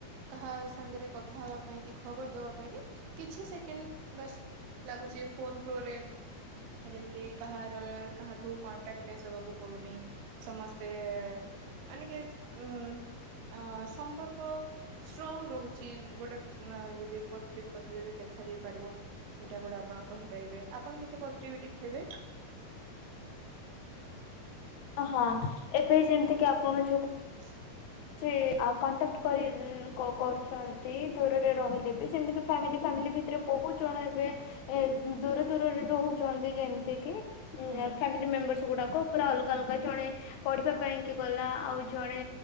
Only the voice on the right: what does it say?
କାହା ସାଙ୍ଗରେ କଥା ହବା ପାଇଁ କି ଖବର ଦବା ପାଇଁ କି କିଛି ସେକେଣ୍ଡ ବାସ ଲାଗୁଛି ଫୋନ ଥ୍ରୋରେ ଯେମିତି କାହାର କାହାଠୁ କଣ୍ଟାକ୍ଟ କ୍ଳେଶ ହବାକୁ ପଡୁନି ସମସ୍ତେ ମାନେ କି ଉଁ। ଆ ସମ୍ପର୍କ ଷ୍ଟ୍ରଙ୍ଗ ରହୁଛି ଗୋଟେ ମ ଯଦି ପଜିଟିଭ କଥା ଯଦି ଦେଖାଯାଇ ପାରିବ। ଏଇଟା ଗୋଟେ ଆପଣ କହିପାରିବେ ଆପଣ କିଛି ପଜିଟିଭିଟି କହିବେ।
<inaudible>
ହୁଁ